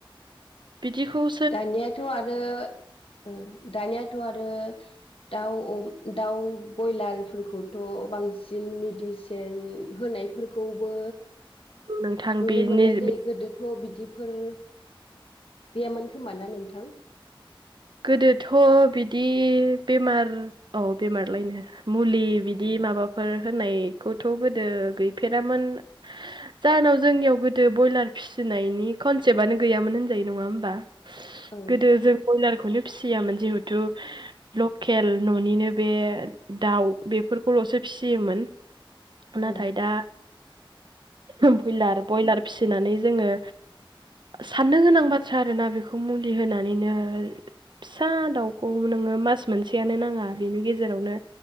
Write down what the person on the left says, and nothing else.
दानियाथ' आरो ओ दानियाथ' आरो दाउ अ दाउ बयलारफोरखौथ' बांसिन मेडिसिन होनाय फोरखौबो
नुनो
मोननाय जायो
गोदोथ' बिदि फोर गैयामोन खोमा ना नोंथां
औ
औ